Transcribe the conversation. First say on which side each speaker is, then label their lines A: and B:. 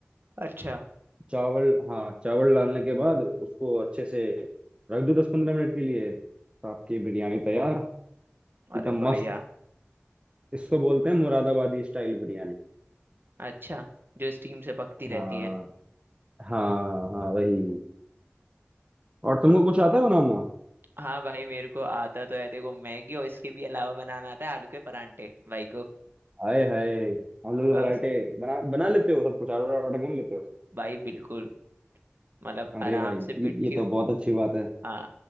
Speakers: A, on the right (about 55°); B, on the right (about 25°).
A: अच्छा
B: चावल हाँ चावल डालने के बाद उसको अच्छे से रख दो दस पंद्रह मिनट के लिए तो आपकी बिरयानी तैयार एकदम
A: अरे बढ़िया
B: मस्त इसको बोलते हैं मुरादाबादी स्टाइल बिरयानी
A: अच्छा जो स्टीम से पकती
B: हाँ
A: रहती है
B: हाँ हाँ वही और तुमको कुछ आता है बनाना
A: हाँ भाई मेरे को आता तो है देखो मैगी और इसके भी अलावा बनाना आता है आलू के परांठे भाई को
B: हाय हाय हम लोग
A: बस
B: वैरायटी बना बना लेते हो सब कुछ ऑर्डर ऑर्डर क्यों नहीं लेते हो
A: भाई बिल्कुल मतलब
B: अरे
A: आराम
B: भाई ये,
A: से पिट्ठी
B: ये तो बहुत अच्छी बात है
A: हाँ